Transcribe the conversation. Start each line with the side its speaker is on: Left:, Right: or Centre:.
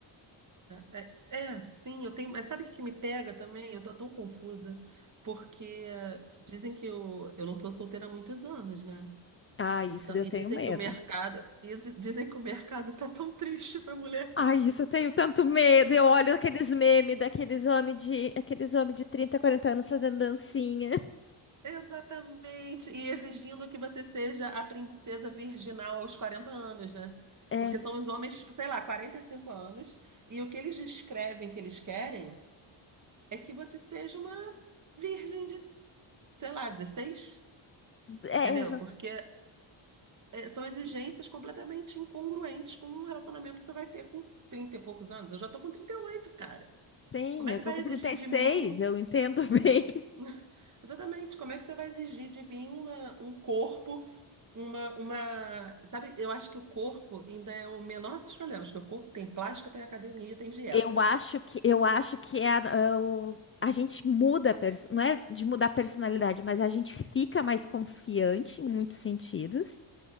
Right: é, é- é, sim, eu tenho. Mas sabe o que que me pega também? Eu tô tão confusa, porque dizem que eu, eu não sou solteira há muitos anos, né?
Left: Ah,
Right: Então,
Left: isso eu
Right: e
Left: tenho
Right: dizem
Left: medo.
Right: que o mercado, isso- dizem que o mercado tá tão triste para a mulher.
Left: Ai, isso eu tenho tanto medo. Eu olho aqueles memes daqueles homens de, aqueles homem de 30, 40 anos fazendo dancinha.
Right: Exatamente. E exigindo que você seja a princesa virginal aos 40 anos, né?
Left: É,
Right: Porque são os homens, tipo, sei lá, 45 anos, e o que eles descrevem que eles querem é que você seja uma virgem de, sei lá, dezesseis
Left: é,
Right: entendeu? Porque eh, são exigências completamente incongruentes com um relacionamento que você vai ter com 30 e poucos anos. Eu já tô com trinta e oito cara.
Left: sim,
Right: Como é
Left: eu
Right: que
Left: tô
Right: vai
Left: com
Right: exigir
Left: trinta e
Right: de
Left: seis,
Right: mim
Left: eu entendo <laughs> bem.
Right: <laughs> Exatamente. Como é que você vai exigir de mim uma, um corpo, uma, uma. Sabe, eu acho que o corpo ainda é o menor dos problemas, porque o corpo tem plástica, tem academia, tem dieta.
Left: Eu acho que eu acho que é a, é o- a gente muda, a pers- não é de mudar a personalidade, mas a gente fica mais confiante em muitos sentidos.